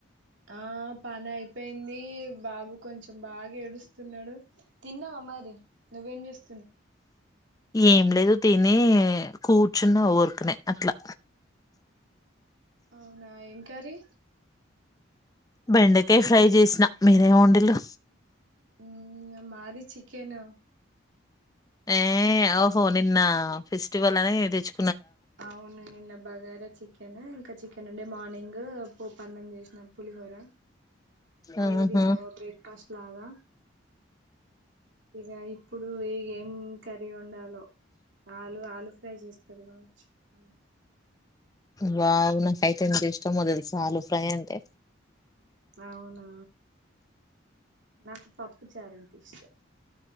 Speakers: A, on the right; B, on the left.
A: ఆ పని అయిపోయింది బాబు కొంచెం బాగా ఏడుస్తున్నాడు తిన్నావా మరి నువ్వేం చేస్
B: ఏం లేదు తిని కూర్చున్నా ఊరికనే అట్లా
A: అవునా ఏం కర్రీ
B: బెండకాయ ఫ్రై చేసిన మీరేం వండిల్లు
A: హ్మ్మ్ మాది చికెను
B: ఏ అఓహో నిన్న ఫెస్టివల్ అనే తేచ్
A: అవును నిన్న బగార చిక్ కెనా ఇంకా చిక్ <unintelligible> మార్నింగ్ పప్పన్నం చేసిన పులిహోర అదే
B: ఆహా
A: తిన్నావా బ్రేక్ ఫాస్ట్ లాగా ఇక ఇప్పుడు ఈగ కరి వండాలా ఆలు ఆలు ఫ్రై చేస్తది కావచ్చు అమ్మ
B: వావ్ నాకైతే ఎంత ఇష్టమో తెలుసా ఆలు ఫ్రై అంటే
A: అవునా నాకు పప్పుచారు అంటె ఇష్టం